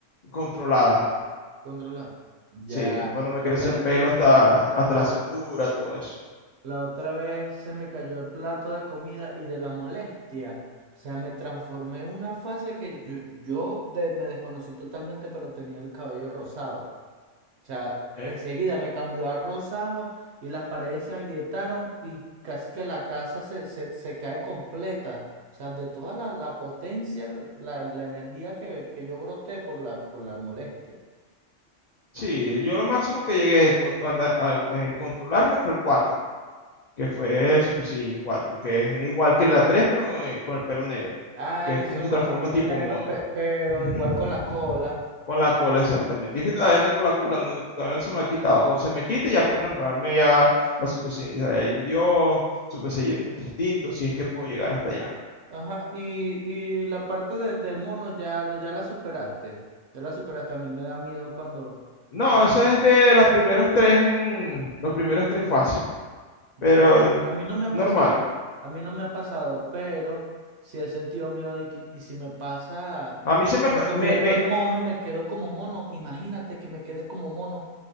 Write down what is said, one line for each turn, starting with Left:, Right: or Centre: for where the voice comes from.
Left: controlada.
Right: Controla. Ya,
Left: Sí, cuando me
Right: porque
Left: crece
Right: la,
Left: el pelo hasta,
Right: la,
Left: hasta
Right: la-
Left: la cintura, todo eso.
Right: La otra vez se me cayó el plato de comida y de la molestia. O sea, me transformé en una fase que yo, yo de- me desconocí totalmente, pero tenía el cabello rosado. O sea,
Left: Eh,
Right: enseguida me cambió a rosado y las paredes se agrietaron y casi que la casa se, se, se cae completa. O sea, de toda la, la potencia, la, la energía que, que yo broté por la, por la molestia.
Left: sí, yo lo máximo que llegué cu- anda- a- en controlarme fue el cuatro que fue Super Saiyan 4, que es igual que la 3, pero eh, con el pelo negro,
Right: Ah,
Left: que es
Right: eso
Left: como se
Right: con
Left: transforma
Right: el pelo
Left: tipo
Right: negro,
Left: mono.
Right: pe- pero
Left: Ujú.
Right: igual con la cola.
Left: Con la cola, exactamente. Y es que todavía tengo la cola, no, todavía no se me ha quitado. Cuando se me quite, ya puedo transformarme ya a Super Saiyan Dios, Super Saiyan Ultra Instinto, si es que puedo llegar hasta allá.
Right: Ajá, y, y la parte de- del mono ya, ya la superaste. Ya la superaste. A mí me da miedo cuando,
Left: No,
Right: cuando
Left: eso es de los primeros tres, en- los primeros tres fases,
Right: ya-
Left: pero
Right: a mí no me ha
Left: normal.
Right: pasado. A mí no me ha pasado, pero sí he sentido miedo y, que- y si me pasa,
Left: A mí se me,
Right: me
Left: pa-
Right: convierto
Left: me, me-
Right: en mono y me quedo como mono. Imagínate que me quede como mono.